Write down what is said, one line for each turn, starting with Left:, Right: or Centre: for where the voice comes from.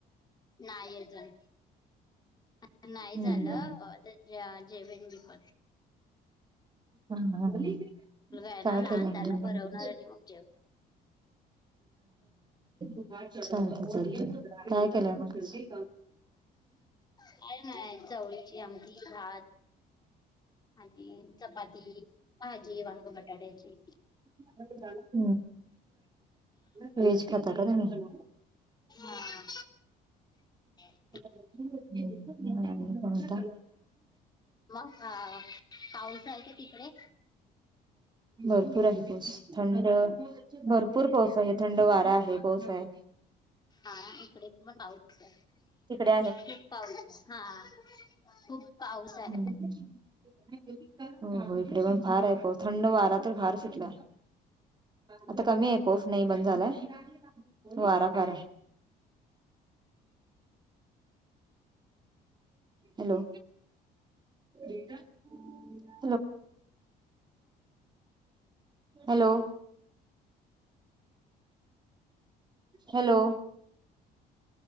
Left: नायी अजून, अत्तन-नाही
Right: हम्म
Left: झालं
Right: हम्म.
Left: त्या-ज्या -जेवेन मीप
Right: हा हा हा!
Left: आहे ना
Right: काय
Left: लहान
Right: केलं
Left: त्याला
Right: म तुम्ही?
Left: भरवणार आणि मग जेव
Right: <inaudible> काय केलय मगशी
Left: काय नाय, चवळीची आमटी भात आनि चपाती भाजी वांग बटाट्याची.
Right: <inaudible> व्हेज खाता का तुम्ही?
Left: हा. <inaudible>
Right: <unintelligible> कोणता
Left: महा <inaudible> पाऊस आहे का तिकडे?
Right: भरपूर आहे पऊस. थंड भरपूर पाऊस बय थंड वारा आहे, पाऊस आहे.
Left: हा इकडे पण पाऊच आहे.
Right: तिकडे
Left: खुप पाऊसए. हा. खूप पाऊस आहे.
Right: हम्म्. हं हं, इकडे पण फाराय पाऊस. थंड वारा तर फार सुटला. आता कमीए पाऊस, नाही बंद झालाय, वारा फार आहे. Hello <unintelligible> hello hello hello